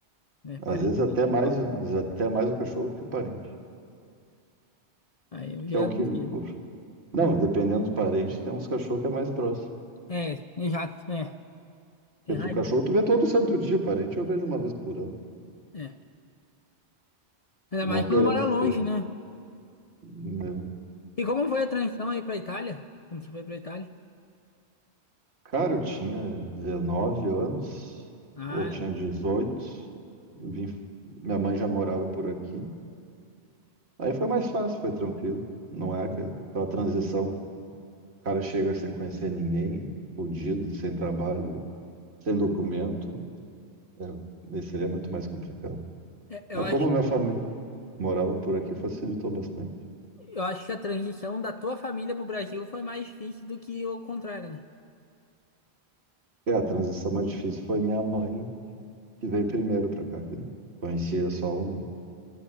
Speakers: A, on the left; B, on the right.
A: Né, parente.
B: Às vezes até mais, o- às vezes até mais o cachorro que o parente,
A: Aí eu
B: que
A: já
B: é o que.
A: não
B: o-
A: sei.
B: Não, dependendo dos parentes, tem uns cachorros que é mais próximo.
A: É, exato, é.
B: Porque
A: Tem razão.
B: tu, o cachorro tu vê todo santo dia, parente eu vejo uma vez por ano.
A: É. Ainda
B: Não
A: mais
B: querendo
A: quando mora
B: ser,
A: longe, né?
B: né?
A: E como foi a transição aí pra Itália? Quando você foi pra Itália?
B: Cara, eu tinha 19 anos,
A: Ah,
B: ou tinha 18. vim, minha mãe já morava por aqui. Aí foi mais fácil, foi tranquilo. Não é aquela aquela transição, o cara chega sem conhecer ninguém, fudido, sem trabalho, sem documento, é, aí seria muito mais complicado.
A: é, eu
B: Mas
A: acho,
B: como minha família morava por aqui, facilitou bastante.
A: eu acho que a transição da tua família pro Brasil foi mais difícil do que o contrário, né?
B: É, a transição mais difícil foi minha mãe, que veio primeiro para cá, que conhecia só um,